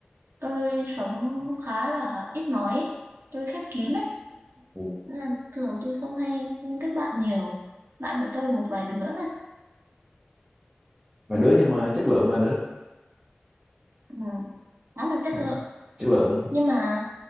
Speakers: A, on the right; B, on the right.
A: tôi sống khá là ít nói ấy. tôi khép kín đấy
B: Ừ.
A: nên là thường tôi không hay kết bạn nhiều bạn của tôi một vài đứa thôi
B: vài đứa nhưng mà chất lượng là đứa
A: ừ. khá là chất
B: Đấy,
A: lượng
B: chất lượng
A: nhưng mà